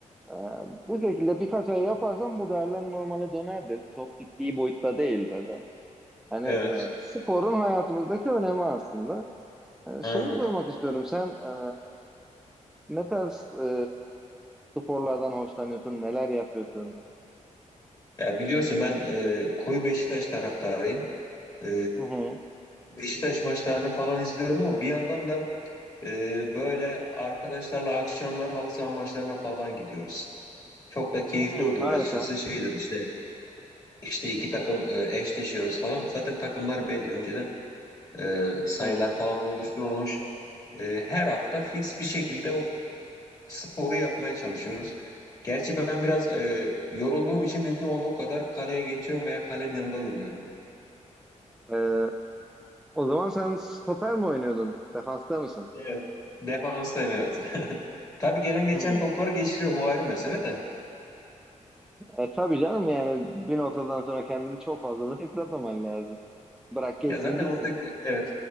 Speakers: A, in the centre; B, on the left.
A: Ee, bu şekilde birkaç ay yaparsan bu değerler normale döner dedi. Çok ciddi boyutta değil dedi. Hani
B: evet
A: e, sporun hayatımızdaki önemi aslında. Ee,
B: anladım.
A: şeyi sormak istiyorum. Sen e, ne tarz e, sporlardan hoşlanıyorsun? Neler yapıyorsun?
B: Ya biliyorsun ben e, koyu Beşiktaş taraftarıyım. E,
A: Hı hı.
B: Beşiktaş maçlarını falan izliyorum ama bir yandan da e, böyle arkadaşlarla akşamlar halı saha maçlarına falan gidiyoruz. Çok da keyifli
A: Hı,
B: oluyor
A: harika.
B: açıkçası. Şeydir işte işte iki takım e, eşleşiyoruz falan. Zaten takımlar belli önceden e, sayılar
A: Hı hı.
B: falan oluşturulmuş. E, her hafta fix bir şekilde o sporu yapmaya çalışıyoruz. Gerçi ben biraz e, yorulduğum için mümkün olduğu kadar kaleye geçiyorum veya kalenin yanında duruyorum.
A: Ee, o zaman sen stoper mi oynuyordun? Defansta mısın?
B: Evet. Defanstayım evet. <laughs> Tabii gelen geçen
A: Hı.
B: topları geçiriyorum o ayrı mesele de.
A: E tabii canım yani bir noktadan sonra kendini çok fazla da yıpratmaman lazım. Bırak geçsin
B: Ya zaten
A: gitsin.
B: oradaki evet